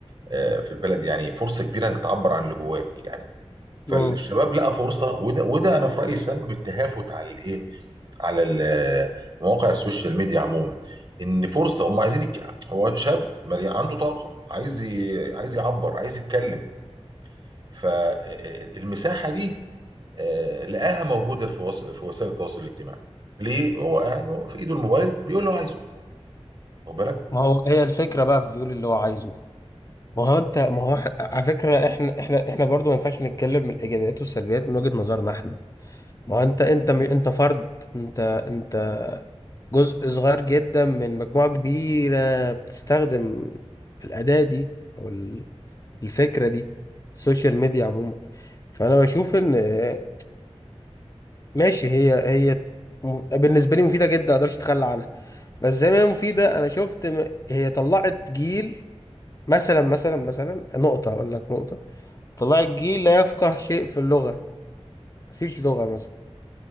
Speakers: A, on the right (about 45°); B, on the left (about 30°).
A: آه، في البلد يعني فرصه كبيره انك تعبر عن اللي جواك يعني فالشباب
B: امم
A: لقى فرصه وده وده انا في رايي سبب التهافت على الايه على ال- مواقع السوشيال ميديا عموما ان فرصه هم عايزين يك... هو شاب مليان عنده طاقه عايز ي... عايز يعبر عايز يتكلم فالمساحه دي آه، لقاها موجوده في وس... في وسائل التواصل الاجتماعي ليه هو قاعد هو في ايده الموبايل بيقول له عايزه واخد بالك
B: ما هو هي الفكرة بقى في بيقول اللي هو عايزه دي ما هو انت ما هو إح- على فكرة احنا احنا احنا برضو ما ينفعش نتكلم من الايجابيات والسلبيات من وجهة نظرنا احنا ما هو انت انت م- انت فرد انت انت جزء صغير جدا من مجموعة كبيرة بتستخدم الأداة دي أو ال- الفكرة دي السوشيال ميديا عموما فأنا بشوف إن آه، ماشي هي هي م- بالنسبة لي مفيدة جدا مقدرش أتخلى عنها بس زي ما هي مفيدة أنا شفت م- هي طلعت جيل مثلا مثلا مثلا نقطة أقول لك نقطة طلعت جيل لا يفقه شيء في اللغة مفيش لغة مثلا